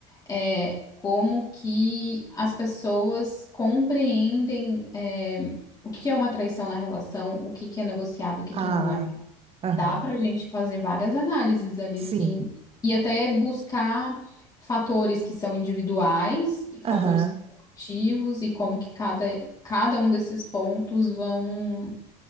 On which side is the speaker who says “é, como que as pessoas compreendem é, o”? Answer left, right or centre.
Left